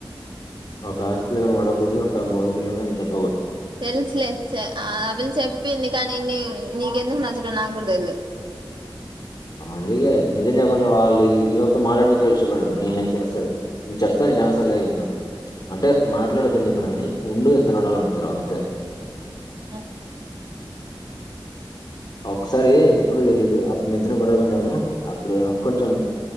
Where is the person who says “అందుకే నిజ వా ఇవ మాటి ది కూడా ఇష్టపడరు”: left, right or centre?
Left